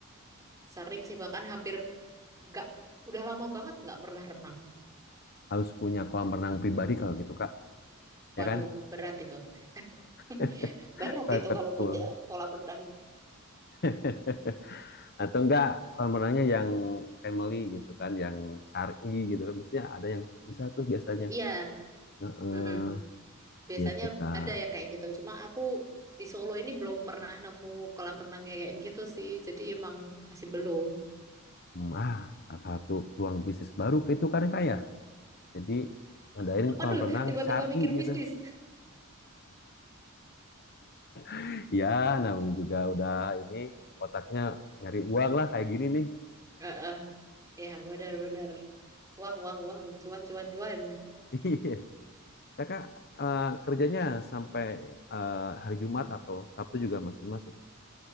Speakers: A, on the right; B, on the left.
A: sering sih bahkan hampir nggak udah lama banget nggak pernah renang.
B: harus punya kolam renang pribadi kalau gitu kak
A: Waduh,
B: ya kan?
A: berat itu. <laughs>
B: <laughs>
A: Berat
B: Private
A: itu kalau
B: pool.
A: punya kolam renang.
B: <laughs> Atau enggak kolam renangnya yang family gitu kan, yang syari gitu kan. Biasanya ada yang terpisah tuh biasanya.
A: Iya,
B: Heeh,
A: mm Biasanya
B: gitu kak.
A: ada yang kayak gitu. Cuma aku di Solo ini belum pernah nemu kolam renangnya kayak gitu sih. Jadi emang masih belum.
B: Hmm, ah, salah satu peluang bisnis baru ke itu kan kak ya. Jadi ngadain
A: Apa
B: kolam
A: tuh
B: renang
A: tiba-tiba
B: syari
A: mikir
B: gitu.
A: bisnis.
B: <laughs> ya namanya juga udah ini otaknya nyari uang lah kayak gini nih.
A: Heeh. Ya benar-benar. Uang, uang, uang. Cuan, cuan, cuan.
B: Iya. <laughs> Kakak eh, kerjanya sampai eh, hari Jumat atau Sabtu juga masih masuk